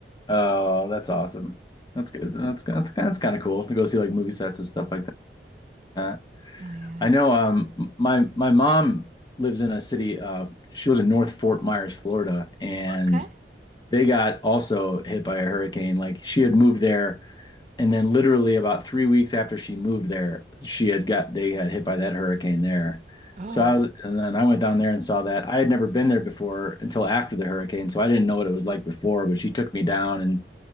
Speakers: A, on the left; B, on the right.
A: Oh, that's awesome. That's good. That's that's that's kind of cool to go see like movie sets and stuff like that.
B: Oh yeah.
A: I know um my my mom lives in a city uh she lives in North Fort Myers, Florida, and
B: Okay.
A: they got also hit by a hurricane. Like she had moved there and then literally about three weeks after she moved there, she had got they had hit by that hurricane there.
B: Oh.
A: So I was and then I went down there and saw that. I had never been there before until after the hurricane, so I didn't know what it was like before, but she took me down and